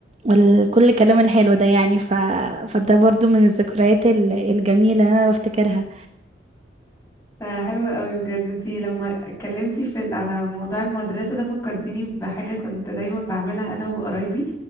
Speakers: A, on the right; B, on the left.
A: والكل الكلام الحلو ده يعني ف... فده برضو من الذكريات ال- الجميلة اللي انا بفتكرها
B: ده حلو قوي بجد انتي لما اتكلمتي في ال- على موضوع المدرسة ده فكرتيني بحاجة كنت دايما بعملها انا وقرايبي